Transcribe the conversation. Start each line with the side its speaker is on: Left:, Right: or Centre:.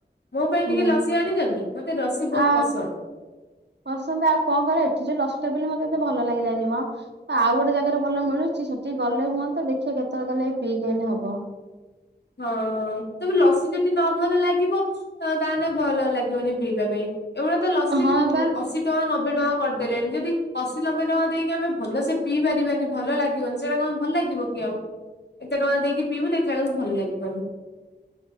Left: ମୋ ପାଇଁ
Right: ହୁଁ
Left: ଟିକେ ଲସି ଆଣିଚକି ମତେ ଲସି ବହୁତ
Right: ଆ
Left: ପସନ୍ଦ୍।
Right: ପସନ୍ଦ ଆଉ କଣ କରିବା ଏଠି ଯୋଉ ଲସିଟା ପିଇଲି ମତେ ଏତେ ଭଲ ଲାଗିଲାନି ମ ଆଉ ଗୋଟେ ଜାଗ୍ ସସ୍ତା ରେ ଭଲ ମିଳୁଛି ସେଠି ଗଲେ ହୁଅନ୍ତା ଦେଖିବା କେତେବେଳେ ଗଲେ ପିଇକି ଆଇଲେ ହବ।
Left: ହଁ ତେବେ ଲସି ଯଦି ନ ଭଲ ଲାଗିବ ତ ତାହେଲେ ଭଲ ଲାଗିବନି ପିଇବା ପାଇଁ। ଏଗୁରା ତ ଲସି
Right: ହଁ ପା
Left: ଅଶୀ ଟଙ୍କା ନବେ ଟଙ୍କା କରିଦେଲେଣି ଯଦି ଅଶୀ ନବେ ଟଙ୍କା ଦେଇକି ଆମେ ଭଲସେ ପିଇ ପାରିବାନି ଭଲ ଲାଗିବନି ସେଇରା କଣ ଭଲ ଲାଗିବ କି ଆଉ ଏତେ ଟଙ୍କା ଦେଇକି ପିଇବୁ ଦେଖିଲା ବେଳକୁ ଭଲ ଲାଗିବନି।